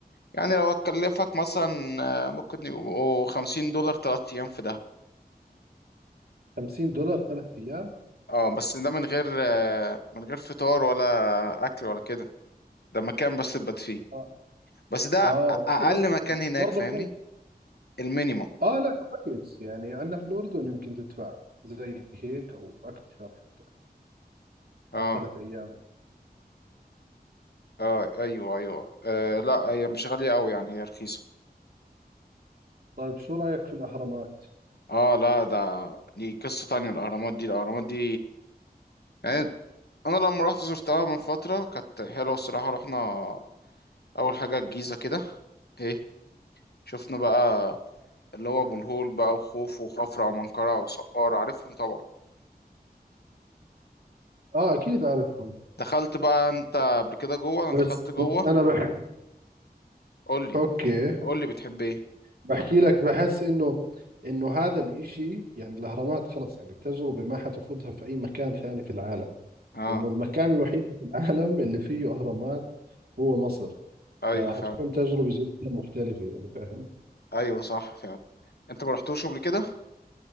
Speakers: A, on the left; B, on the right.
A: يعني لو هتكلفك مثلا آه، ممكن يبقوا 50 دولار تلات أيام في دهب
B: 50 دولار ثلاث ايام
A: اه بس ده من غير آه، من غير فطار ولا أكل ولا كده ده مكان بس تبات فيه
B: اه
A: بس ده
B: آه، اوكي
A: أ- أقل
B: اوكي
A: مكان
B: طب
A: هناك
B: برضه
A: فاهمني المينيمم
B: اه لا كويس يعني عندنا في الأردن يمكن تدفع زي هيك أو أكثر حتى
A: اه
B: على ثلاث أيام
A: اه ايوه ايوه آه لا هي مش غالية أوي يعني هي رخيصة
B: طيب شو رأيك في الأهرامات؟
A: اه لا ده دي قصة تانية الأهرامات دي الأهرامات دي يعني أنا لما رحت زرتها من فترة كانت حلوة الصراحة رحنا أول حاجة الجيزة كده ايه شفنا بقى اللي هو ابو الهول بقى وخوف وخفرع ومنقرع وسقارة عارفهم طبعا
B: اه اكيد اعرفهم
A: دخلت بقى انت قبل كده جوه
B: بس
A: انا دخلت جوه
B: بس انا بح...
A: قول لي
B: اوكي
A: بتحب قول لي بتحب ايه
B: بحكي لك بحس انه انه هذا الاشي يعني الاهرامات خلص يعني التجربة ما حتاخذها في اي مكان ثاني في العالم
A: اه
B: انه المكان الوحيد في العالم اللي فيه اهرامات هو مصر
A: ايوه
B: فحتكون
A: فعلا
B: تجربة جدا مختلفة يعني فاهم
A: ايوه صح فعلا انت ما رحتوش قبل كده